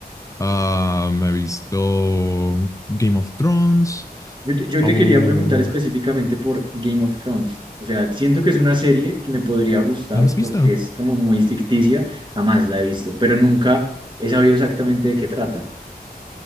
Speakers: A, on the left; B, on the right.
A: Ah, me he visto Game of Thrones.
B: Yo te, yo
A: Oh,
B: te quería preguntar específicamente por Game of Thrones, o sea, siento que es una serie que me podría gustar
A: ¿no lo has visto?
B: porque es como muy ficticia, jamás la he visto, pero nunca he sabido exactamente de qué trata.